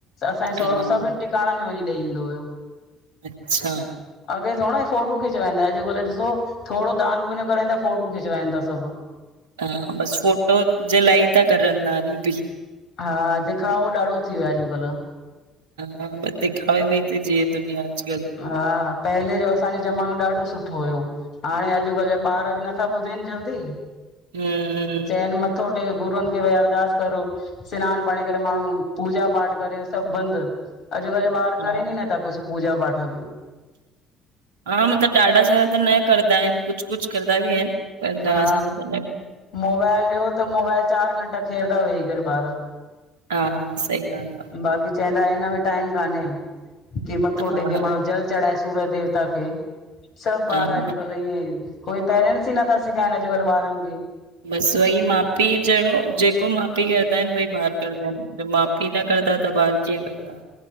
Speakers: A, on the left; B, on the right.
A: असांजो
B: हा
A: सहुरो सभिनिटिका- काणनि में वञी ॾेई ईंदो हुयो।
B: अच्छा
A: अॻे थोरा फोटू खिचाईंदा अॼुकल्ह ॾिसो थोरो दान पुञ करंता, फोटू खिचाईनि था सभु।
B: हा बसि फ़ोटो जे लाइ था करनिं दान बि
A: हा दिखावो ॾाढो थी वियो आहे अॼुकल्ह
B: ह बदिखावे में ही ती जीेए दुनिया अॼुकल्ह।
A: हा पहले जो असांजो ज़मानो ॾाढो सुठो हुयो। हाणे अॼुकल्ह जा ॿार बि नथा ॿुधनि जल्दी
B: हम्म
A: चएन मथ थोटेके् गुरुअनि खे भई अरदास करो। सनानु पाणी करे माण्हू पूजा पाठ करे सभु बंदि। अॼुकल्ह जा ॿार
B: हा
A: करे नी नथा कुझु पूजा पाठ बि
B: हा मतिलब ॾाढा सारा त न करंदा आहिनि कुझु कुझु करदा बि आहिनि। पर
A: हा
B: ॾाढा सारा त न कंदा।
A: मोबाइल ॾियो त मोबाइल चार घंटा खेरंदा वेही करे ॿार।
B: हा सही ॻाल्हि आहे।
A: बाक़ी चवंदा हिन में टाइम कान्हे की मथो
B: हा
A: टेके माण्हू जल चढ़ाए सूरज देवता खे सभु
B: हा
A: ॿार अ जो
B: हा
A: हे कोई पेरेंटस ई नथा सिखाइण अॼकल्ह बारनि खे
B: बसि वई माउ पीउ जहिड़ो जेको माउ पीउ कंदा आहिनि उई ॿार कंदा आहिनि मा कीअ न कंद त ॿार कीअं कंदा